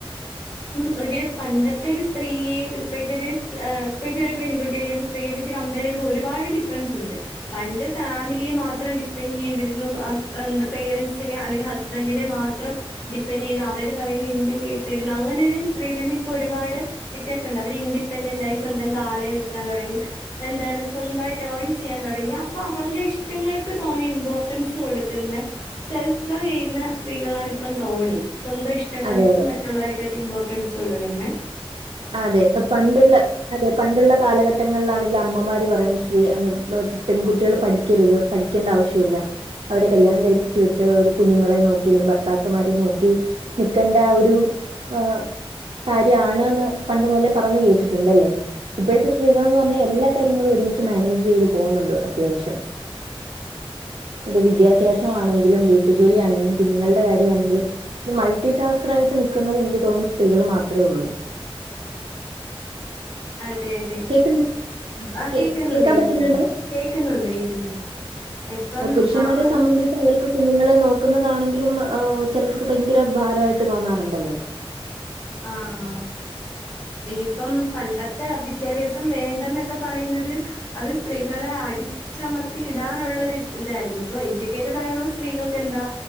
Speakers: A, on the left; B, on the right.
A: ഉം ഒരു പണ്ടത്തെ ഒരു സ്ത്രീയേയും ഇപ്പഴത്തൊരു ആഹ് ഇപ്പഴത്തൊരു പെൺകുട്ടിലും സ്ത്രീയെപ്പിച്ച് കമ്പയറു ചെയ്യുമ്പോ ഒരുപാട് ഡിഫറൻസിണ്ട് പണ്ട് ഫാമിലിയെ മാത്രം ഡിപ്പെെൻഡ് ചെയ്തിരുന്നു ആഹ് എന്താ പേരൻസിനെ അല്ലെങ്കി ഹസ് ബൻറിനെ മാത്രം ഡിപ്പെൻഡ് ചെയ്തെ അവരു പറയുന്ന എന്തും കേട്ടിരുന്ന അങ്ങനെ ലീ സ്ത്രീതലിപ്പോ ഒരുപാടെ വ്യത്യാസൊണ്ട് അവരിൻഡിപെൻഡന്റായി സ്വന്തം കാലേ നിക്കാൻ തൊടങ്ങി എന്താണ് സ്വന്തായിട്ടേൺ ചെയ്യാൻ തൊടങ്ങി അപ്പൊ അവരുടെ ഇഷ്ടങ്ങൾക്ക് തോനെ ഇമ്പോർട്ടൻസു കൊടുക്കുന്ന സെൽഫ് ലവ് ചെയ്യുന്ന സ്ത്രീകളാണ് ഇപ്പം തോന്നേ സ്വന്ത ഇഷ്ട് തങ്ങൾക്ക്
B: അതെ
A: മറ്റുള്ളവരെക്കാട്ടി ഇമ്പോർട്ടൻസ് കൊടുക്കുന്നേ
B: അതെ ഇപ്പ പണ്ടുള്ള അതെ പണ്ടുള്ള കാലഘട്ട് ട്ടങ്ങളിലാണെങ്കിൽ അമ്മമാര് പറയും സ്ത്രീ മെഹ് പെൺകുട്ടികൾ പഠിക്കരുത് പഠിക്കണ്ട ആവശ്യില്ല അവരെ കല്യാണം കഴിപ്പിച്ചു വിട്ടേ ഒരു കുഞ്ഞുങ്ങളെ നോക്കി അല്ലെങ്കി ഭർത്താക്കന്മാരെ നോക്കി നിക്കണ്ടാ ഒരു ആഹ് കാര്യാണേന്ന് പണ്ടു മുതലെ പറഞ്ഞ് കേട്ടിട്ടുണ്ടല്ലേ ഇപ്പഴത്തെ സ്ത്രീകളെന്നു പറഞ്ഞാ എല്ലാ കാര്യങ്ങളും ഒരുമിച്ച് മാനേജ് ചെയ്ത് പോകുന്നുണ്ട് അത്യാവശ്യം അത് വിദ്യാഭ്യാസമാണെങ്കിലും വീട്ടുജോലിയാണെങ്കിലും കുഞ്ഞുങ്ങളുടെ കാര്യാണെങ്കിലും മൾട്ടി ടാസ്ക്കറായിട്ട് നിക്കുന്നത് എനിക്ക് തോന്നുന്നു സ്ത്രീകളു മാത്രേ ഉള്ളൂ
A: അതെ അതെ
B: കേൾക്കുന്ന
A: ആഹ്
B: കേ
A: കേക്കുന്നുണ്ട്
B: കേക്കാൻ
A: കേക്കുന്നുണ്ട്
B: പറ്റുന്നുണ്ടോ
A: കേക്കുന്നുണ്ട് കേക്കുന്നുണ്ട് ഇപ്പം
B: ഏഹ് പുരുഷന്മാരെ
A: ആ ആ
B: സംബന്ധിച്ച് അവറക്ക് കുഞ്ഞുങ്ങളെ നോക്കുന്നതാണെങ്കിലും ഏഹ് ചെലർക്ക് ഭയങ്കര ഭാരമായിട്ട് തോന്നാറുണ്ടല്ലോ
A: ആഹ് ആഹ് തീപ്പം പണ്ടത്തെ ആഹ് വിദ്യാഭ്യാസം വേണ്ടന്നൊക്കെ പറയുന്നത് അത് സ്ത്രീകളെ അടിച് ച്ചമർത്തി ഇടാനൊള്ളൊരു ഇതാരുന്നു ഇപ്പൊ എഡ്യൂക്കേറ്റഡായുള്ള സ്ത്രീകൾക്കെന്താ